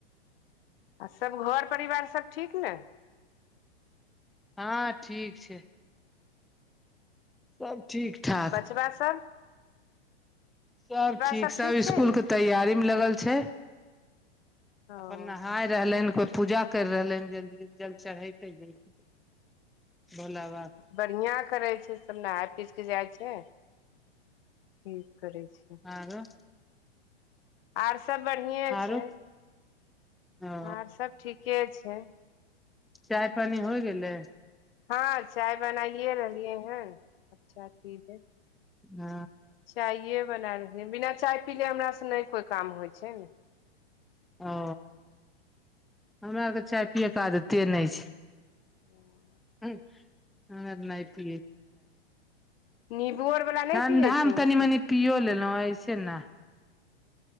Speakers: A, on the left; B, in the centre.
A: आ सभ घर परिवार सभ ठीक ने
B: ह ठीक छै सभ ठीक ठाक
A: बैसर।
B: सभ ठीक
A: सब
B: सभ स्सकुल
A: छै ने
B: के तैयारी मे लगल छै
A: ओ
B: अपन नहााय रहलै ह कोइ पूजा करि रहलै हैं जल जल चढ़ैते जते भोला बाबा कऽ
A: बढ़िया करे छै सभ नहाय पीस के जाइ छै। ठीक करै छीय।
B: आग।
A: आर सभ बढ़िए
B: आरो
A: छै
B: ओ
A: आर सभ ठीके छै
B: चाय पानी होइ गेलै।
A: हँ चाय बनाइए रहलियै हैं अच्छा चीज
B: ह
A: चाये बना रहल बिना चाय पीले हमर से नहि कोइ काम होइ छै ने।
B: ओ हमरा आरके चाय पियएके देते नहि छै।
A: ह।
B: ह आ नत।
A: नीबू आर वला नहि
B: ठण्डामे
A: पियै छै
B: तनि
A: की
B: मनि पिओ लेलहुँ अऐसे ने।